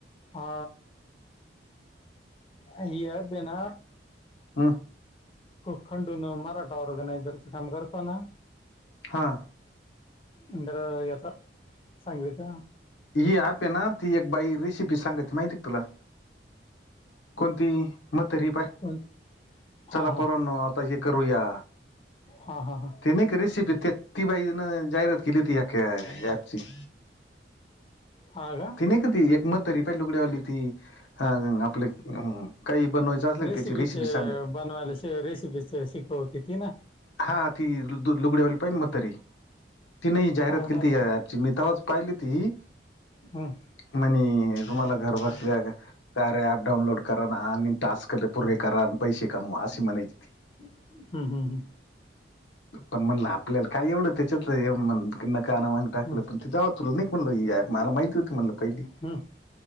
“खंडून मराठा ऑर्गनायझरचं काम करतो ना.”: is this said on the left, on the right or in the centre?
Left